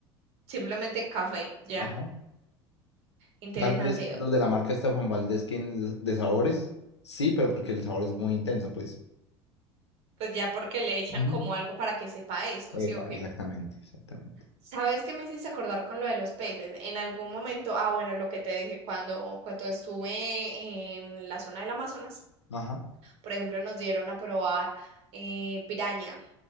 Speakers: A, on the right; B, on the left.
A: Simplemente café, ya.
B: Ajá.
A: Interesante.
B: Tal vez los de la marca esta de Juan Valdez, tienen de de sabores, sí, pero porque el sabor es muy intenso, pues.
A: Pues ya porque le echan
B: Ujú.
A: como algo para que sepa eso, ¿sí
B: Epa,
A: o qué?
B: exactamente, exactamente.
A: ¿Sabes qué me hiciste acordar con lo de los peces? En algún momento, ah, bueno, lo que te dije, cuando, cuando estuve en la zona del Amazonas,
B: Ajá.
A: por ejemplo, nos dieron a probar eh, piraña.